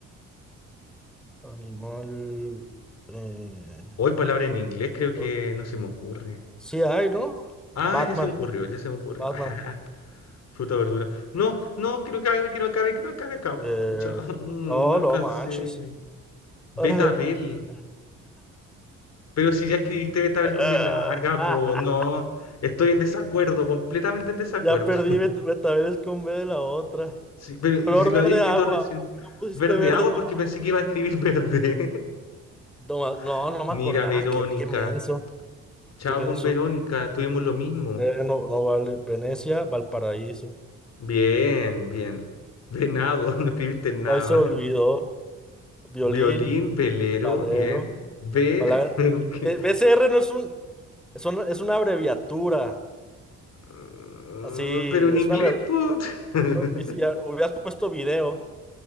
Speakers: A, in the centre; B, on the left.
A: animal. Eh,
B: Hoy palabra en inglés creo
A: otro.
B: que no se me ocurre.
A: sí, hay, ¿no?
B: Ah,
A: Batman,
B: ya se me ocurrió, ya se me ocurrió.
A: Batman.
B: <laughs> Fruta, verdura. No, no, que no acabe, que no acabe, que no acabe, acabo.
A: Eh,
B: Pucha, <laughs> mm,
A: oh,
B: no alcancé.
A: no manches.
B: Betabel.
A: <laughs>
B: Pero si ya escribiste Betabel con
A: Ah,
B: B larga, pues no. Estoy en desacuerdo, completamente en desacuerdo.
A: ya perdí,
B: <laughs>
A: me, me con B de la otra.
B: Sí, pero ¿y
A: Color
B: si lo
A: verde
B: había escrito
A: agua.
B: recién.
A: ¿Por qué no pusiste
B: Verde
A: verde
B: agua
A: nomás?
B: porque pensé que iba a escribir verde.
A: No, ma- no,
B: <laughs>
A: no me
B: Mira,
A: acordaba.
B: Verónica.
A: Qué, qué menso.
B: Chao
A: Qué menso.
B: con Verónica, tuvimos lo mismo.
A: Eh, no, no vale. Venecia, Valparaíso.
B: Bien, bien. Venado, <laughs> no escribiste nada.
A: No se olvidó. Violín,
B: Violín, velero,
A: Valero.
B: bien. Ve,
A: Palabra...
B: <laughs>
A: B-
B: que-
A: BCR no es un, es una, es una abreviatura.
B: Ah,
A: Así,
B: pero en
A: es
B: inglés,
A: una abreviatura.
B: po. <laughs>
A: Hubieras puesto video.